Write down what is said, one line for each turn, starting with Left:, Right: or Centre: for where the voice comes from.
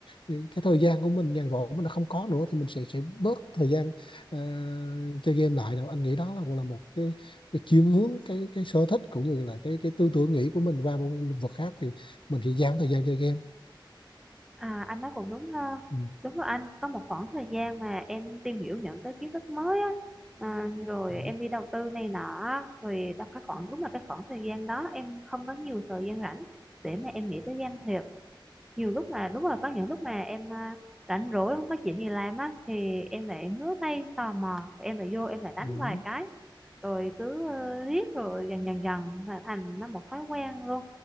Left: ừ, cái thời gian của mình nhàn rỗi mình đã không có nữa thì mình sẽ sẽ bớt thời gian ờ, chơi game lại đâu anh nghĩ đó là cũng là một cái, cái chuyển hướng cái cái sở thích cũng như là cái cái tư tưởng nghĩ của mình vào một lĩnh vực khác thì mình sẽ giảm thời gian chơi game
Centre: À, anh nói cũng đúng ha.
Left: ừ.
Centre: Đúng rồi anh, có một khoảng thời gian mà em tìm hiểu những cái kiến thức mới á, à, rồi
Left: Ừ.
Centre: em đi đầu tư này nọ, á, rồi đó cái khoảng đúng là cái khoảng thời gian đó em không có nhiều thời gian rảnh để mà em nghĩ tới game thiệt. nhiều lúc mà đúng là có những lúc mà em à, rảnh rỗi không có chuyện gì làm á thì em lại ngứa tay tò mò em lại vô em lại đánh
Left: Ừ.
Centre: vài cái rồi cứ ờ, riết rồi dần dần dần là thành nó một thói quen luôn